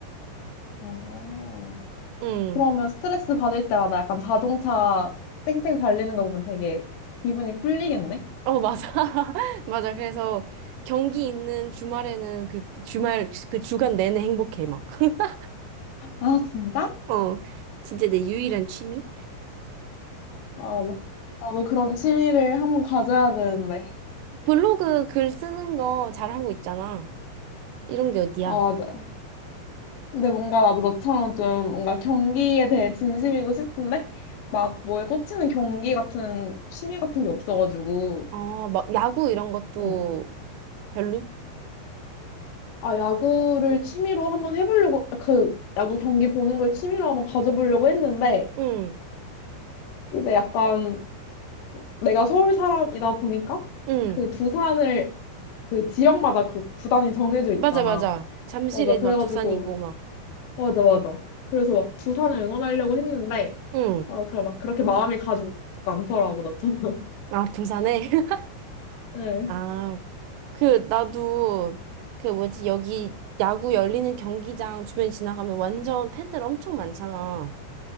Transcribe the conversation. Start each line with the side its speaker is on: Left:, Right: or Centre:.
Left: 어.
Right: 응.
Left: 그러면 스트레스 받을 때마다 약간 자동차 쌩쌩 달리는 거 보면 되게 기분이 풀리겠네?
Right: 어, 맞아. <laughs> 맞아. 그래서 경기 있는 주말에는 그 주말, 그 주간 내내 행복해, 막. <laughs>
Left: 아, 진짜?
Right: 어, 진짜 내 유일한 취미?
Left: 아, 나- 아, 너 그런 취미를 한번 가져야 되는데.
Right: 블로그 글 쓰는 거 잘하고 있잖아. 이런 게 어디야?
Left: 아, 맞아. 근데 뭔가 나도 너처럼 좀 뭔가 경기에 대해 진심이고 싶은데 막 뭐에 꽂히는 경기 같은 취미 같은 게 없어가지고.
Right: 어, 막 야구 이런 것도
Left: 응.
Right: 별로?
Left: 아, 야구를 취미로 한번 해보려고, 그, 야구 경기 보는 걸 취미로 한번 가져보려고 했는데,
Right: 응,
Left: 이제 약간 내가 서울 사람이다 보니까,
Right: 응.
Left: 그 두산을, 그 지역마다 그 구단이 정해져 있잖아.
Right: 맞아, 맞아. 잠실에
Left: 맞아. 그래가지고,
Right: 막 두산이고 막.
Left: 맞아, 맞아. 그래서 막 두산을 응원하려고 했는데,
Right: 응.
Left: 어, 그래, 막 그렇게 마음이 가지 않더라고, 나처럼.
Right: 아, 두산에? <laughs>
Left: <laughs> 응,
Right: 아. 그, 나도, 그 뭐지, 여기 야구 열리는 경기장 주변 지나가면 완전 팬들 엄청 많잖아.